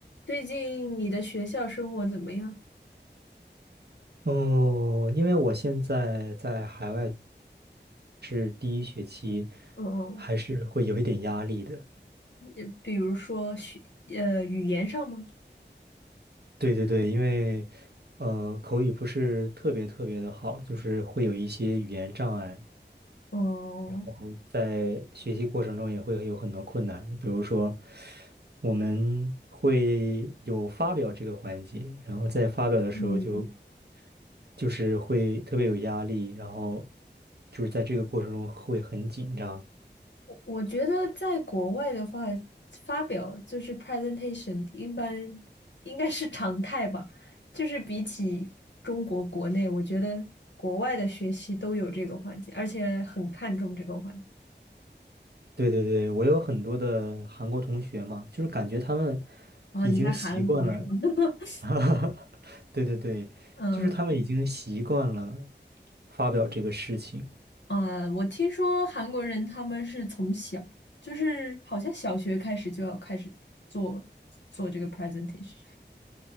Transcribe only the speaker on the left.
最近你的学校生活怎么样？
嗯嗯
也比如说学，呃，语言上吗？
哦，
嗯，
我我觉得在国外的话，发表就是 presentation，一般应该是常态吧。就是比起中国国内，我觉得国外的学习都有这个环节，而且很看重这个环节。
哦，
你在韩国是吗？<laughs>
嗯。
嗯我听说韩国人他们是从小，就是好像小学开始就要开始做做这个 presentation。